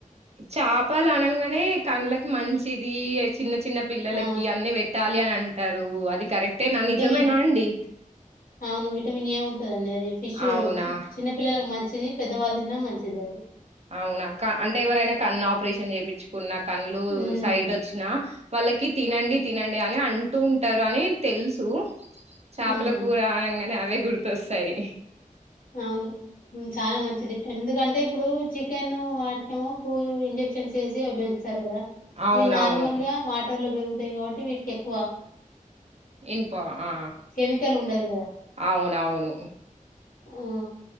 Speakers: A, on the right (about 50°); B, on the left (about 85°).
A: చాపలనంగనే కండ్లకి మంచిది చిన్న చిన్న పిల్లలకి
B: ఆ
A: అన్నీ వెట్టాలి అని అన్ టరు అది కరెక్టేనా
B: విటమిన్
A: నిజమేనా అండి
B: ఔను విటమిన్ ఏ ఉంటుందండి అది ఫిష్
A: అవునా
B: చిన్న పిల్లలకు మం చిది పెద్దవాళ్ దిన్నా మంచిదది
A: ఔనా క అంటే ఎవరైనా కన్నాప్రిరేషన్ చేపిచ్చుకున్నా కండ్లు
B: హ్మ్.
A: సైట్ ఒచ్చినా వాళ్ళకి తినండి తినండి అని అంటూ ఉంటారు అని తెల్సు చాపల
B: హ్మ్.
A: కూర అనంగనె అవే గుర్తొస్తయ్
B: అవును చాలా మంచిది ఎందుకంటే ఇప్పుడు చికెన్ వాటిక ఏమో చూ ఇంజెక్షన్స్ వేసి పెంచుస్తారు కదా
A: అవునవును
B: ఇ నార్మల్ గా వాటి లో పెరుగుతాయి కాబట్టి వీటికి ఎక్కువ
A: ఇనప ఆ
B: కెమికల్ ఉండదు
A: అవును అవును
B: ఆ